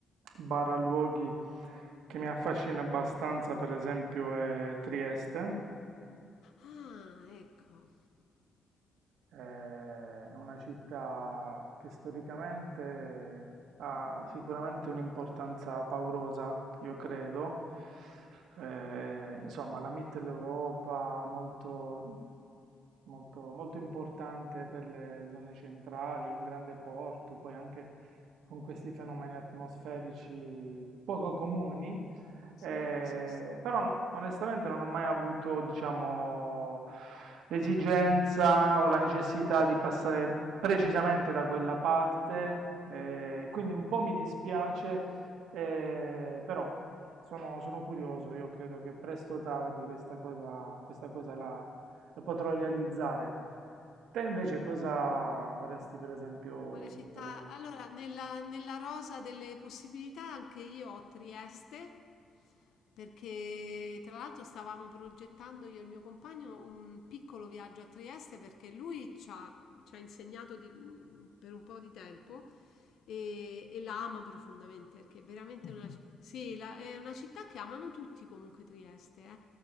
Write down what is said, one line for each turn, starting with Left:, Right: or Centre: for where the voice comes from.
Right: barra luoghi che mi affascina abbastanza, per esempio, è Trieste.
Left: ah, ecco.
Right: Eh, È una città che storicamente ha sicuramente un'importanza paurosa, io credo. Eh, insomma, la Mitteleuropa, molto, molto, molto importante per le zone centrali, un grande porto, poi anche con questi fenomeni atmosferici poco comuni.
Left: Sì,
Right: Eh,
Left: sì, sì.
Right: però no- onestamente non ho mai avuto, diciamo, l'esigenza o la necessità di passare precisamente da quella parte, eh, quindi un po' mi dispiace, eh, però sono, sono curioso, io credo che presto o tardi questa cosa, questa cosa la lo potrò realizzare. Te invece cosa vorresti per esempio
Left: Quale città?
Right: vedere?
Left: Allora, nella, nella rosa delle possibilità anche io ho Trieste, perché tra l'altro stavamo progettando io e il mio compagno un piccolo viaggio a Trieste perché lui ci ha, ci ha insegnato di- mh, per un po' di tempo e, e la ama profondamente perché è veramente una, ci- sì, la- è una città che amano tutti comunque Trieste, eh.